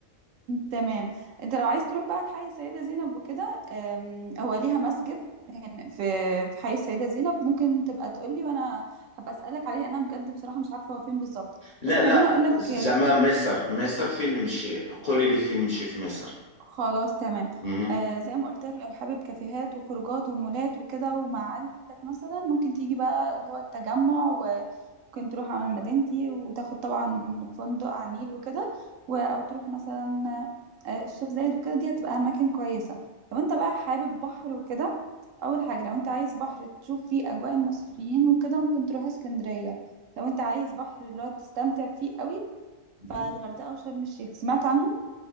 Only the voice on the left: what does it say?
لا
لا
زعما مصر مصر فين نمشي قولي لي فين نمشي في مصر
مهم.
مهم.